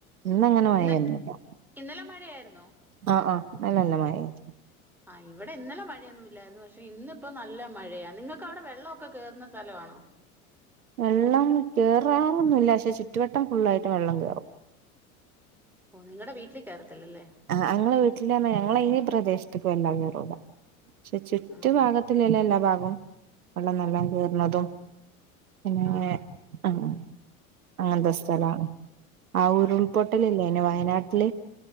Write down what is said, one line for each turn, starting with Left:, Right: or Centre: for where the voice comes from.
Right: ഇന്നങ്ങനെ മയേന്നുല്ലാ
Centre: ഇന്ന് ഇന്നലെ മഴെയാര്ന്നോ
Right: ആഹ് ആഹ് ന്നെലെ നല്ല മയേനി
Centre: ആഹ് ഇവിടെ ഇന്നെലെ മഴെയൊന്നു ഇല്ലായ്ര്ന്നു പക്ഷെ ഇന്ന്പ്പം നല്ല മഴയാ നിങ്ങ ക്കവ്ടെ വെള്ളാെ ഒക്കെ കേറ്ന്ന സ്ഥലവാണോ
Right: വെള്ളം കേറാറൊന്നുല്ല പഷെ ചുറ്റുവട്ടം ഫുള്ളായിട്ട് വെള്ളം കേറും
Centre: ഓഹ് നിങ്ങടെ വീട്ടില് കേറത്തില്ലല്ലേ
Right: ആഹ് അങ്ങെളെ വീട്ടില്ർഞ്ഞാ ഞങ്ങെളെ ഈ പ്രദേശ്ത്ത്ക്ക് വെല്ലാതെ കേറൂലാ ഷെ ചുറ്റുഭാഗത്തില്ലേല്ലെല്ലാ
Centre: ആഹ്
Right: ഭാഗും വെള്ളം നല്ലാം കേർണതും പിന്നെങ്ങെനെ
Centre: ആഹ്
Right: ആഹ് അങ്ങൻത്തെ സ്ഥലാണ് ആഹ് ഉരുൾപൊട്ടലില്ലേന്യോ
Centre: പി
Right: വയനാട്ട്ല്